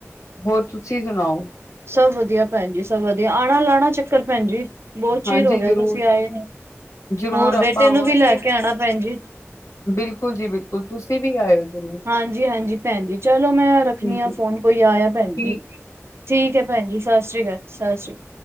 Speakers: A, on the left; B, on the right.
A: ਹੋਰ, ਤੁਸੀਂ ਸੁਣਾਓ?
B: ਸਭ ਵਧੀਆ, ਭੈਣ ਜੀ, ਸਭ ਵਧੀਆ। ਆਉਣਾ, ਲਾਉਣਾ ਚੱਕਰ ਭੈਣ ਜੀ। ਬਹੁਤ ਚੀਰ
A: ਹਾਂਜੀ,
B: ਹੋ ਗਿਆ।
A: ਜ਼ਰੂਰ,
B: ਤੁਸੀਂ, ਆਏ ਨੀ।
A: ਜ਼ਰੂਰ
B: ਹਾਂ!
A: ਆਪਾਂ
B: ਬੇਟੇ ਨੂੰ
A: ਆਵਾਂਗੇ।
B: ਵੀ, ਲੈ ਕੇ, ਆਣਾ ਭੈਣ ਜੀ।
A: ਬਿਲਕੁਲ ਜੀ ਬਿਲਕੁਲ, ਤੁਸੀਂ ਵੀ ਆਇਓ ਜ਼ਰੂਰ,
B: ਹਾਂਜੀ- ਹਾਂਜੀ, ਭੈਣ ਜੀ, ਚਲੋ ਮੈਂ, ਰੱਖਣੀ
A: ਠੀਕ
B: ਹਾਂ
A: ਹੈ,
B: ਫੋਨ। ਕੋਈ ਆਇਆ ਭੈਣ ਜੀ।
A: ਠੀ
B: ਠੀਕ ਹੈ। ਭੈਣ ਜੀ, ਸਤਿ ਸ਼੍ਰੀ ਅਕਾਲ। ਸਤਿ ਸ਼੍ਰੀ ਅਕਾਲ।